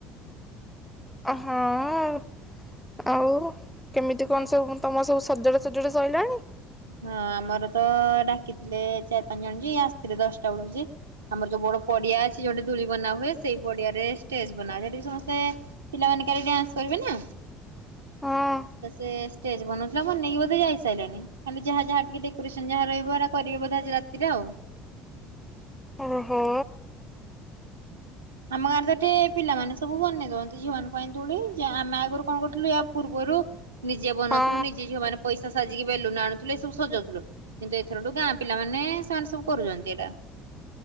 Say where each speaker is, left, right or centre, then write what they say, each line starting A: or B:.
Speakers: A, in the centre; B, on the right.
A: ଅ ହଁ। ଆଉ କେମିତି କଣ ସବୁ ତୁମ ସବୁ ସଜଡ଼ା ସଜଡ଼ି ସରିଲାଣି?
B: ହଁ ଆମର ତ ଡାକିଥିଲେ ଚାରି ପାଞ୍ଚ ଜଣ ଯେ ଆସିଥିଲେ ଦଶଟା ବେଳକୁ ଯେ ଆମର ଯୋଉ ବଡ ପଡିଆ ଅଛି ଯୋଉଠି ଦୋଳି ବନା ହୁଏ ସେଇ ପଡିଆ ରେ ଷ୍ଟେଜ ବନା ସେଟି ବି ସମସ୍ତେ ପିଲାମାନେ କାଲି ଡ୍ୟାନ୍ସ କରିବେ ନା।
A: ହଁ
B: ସେ ଷ୍ଟେଜ ବନଉଥିଲା ବନେଇକି ବୋଧେ ଯାଇସାରିଲାଣି। ଖାଲି ଯାହା ଯାହା ଟିକେ ଡେକୋରେସନ୍ ଯାହା କରିବେ ବୋଧେ ଆଜି ରାତିରେ ଆଉ।
A: ଓହୋ।
B: ଆମ ଗାଁରେ ତ ଏଠି ପିଲାମାନେ ସବୁ ବନେଇ ଦଉଅନ୍ତି ଝିଅଙ୍କ ପାଇଁ ଦୋଳି ଆମେ ଆଗରୁ କଣ କରୁଥିଲୁ ପୂର୍ବରୁ ନିଜେ ବନଉଥିଲୁ
A: ହଁ
B: ନିଜେ ଝିଅ ମାନ ପଇସା ସାଜିକି ବେଲୁନ ଆଣୁଥିଲେ ସବୁ ସଜଉଥିଲୁ କିନ୍ତୁ ଏଥରଠୁ ଗାଁ ପିଲା ମାନେ ସେମାନେ ସବୁ କରୁଛନ୍ତି ଏଇଟା।